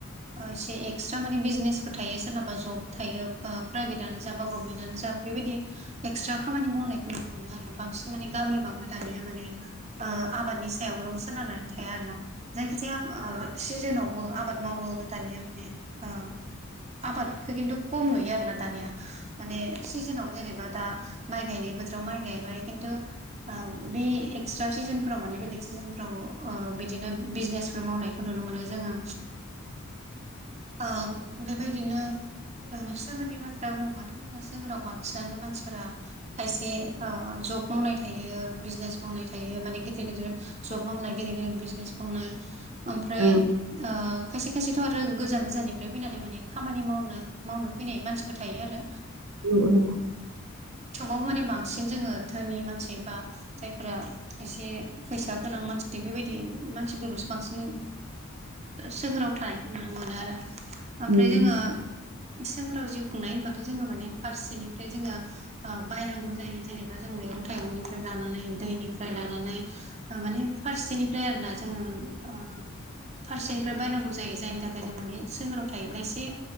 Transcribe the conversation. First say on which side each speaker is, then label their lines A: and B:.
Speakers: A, on the right (about 30°); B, on the right (about 85°).
A: इसे एक्सट्रा माने बिजनेसफोर थायो सोरनाबा जब थायो प्राइभेटआनो जा बा गभमेन्टआनो जा बेबायदि एक्सट्रा खामानि मावनायखौ नुनो मोनो आरो बांसिन माने गामिबाबो दानिया मा आबादनि सायावल' सोनारनानै थाया आरोना जायखि जाया ओ सिजोनाव बो आबाद मावो दानिया बि ओ आबादखौ खिन्थु खम नुयो आरो ना दानिया माने सिजोनाव जेनेबा दा माइ गायनाय बोथोराव माइ गायबाय खिन्थु आ बे एक्सट्रा सिजोनफ्राव माने बेलेग सिजोनफ्राव बिदिनो बिजनेसफोर मावनायखौ नुनो मोनो जोङो आ बेबाय जनो सोहोरनि बाथ्राया बुङोबाथ' जोङो सोहोराव बांसिनानो मानसिफोरा खायसे जब मावनाय थायो बिजनेस मावनाय थायो माने गिदिर गिदिर जब मावनाय गिदिर गिदिर बिजनेस मावनाय ओमफ्राय
B: औ
A: खायसे खायसेथ' आरो गोजान गोजाननिफ्राय फैनानै माने खामानि मावनो मावनो फैनाय मानसिबो थायो आरो
B: औ औ
A: समाव माने बांसिन जोङो धोनि मानसि बा जायफोरा एसे फैसा गोनां मानसि बेबायदि मानसिफोरखौसो बांसिन सोहोराव थानायखौ नुनो मोनो आरो ओमफ्राय
B: नंगौ
A: जोङो सोहोराव जिउ खुंनाय होनबाथ' जोङो माने फारसेनिफ्राय जोङो ओ बायनांगौ जायो जेनेबा जों मैगं थाइगंनिफ्राय लानानै दैनिफ्राय लानानै ओ माने फारसेनिफ्राय आरोना जोङो ओ फारसेनिफ्राय बायनांगौ जायो जायनि थाखाय जों माने सगोराव थायोब्ला एसे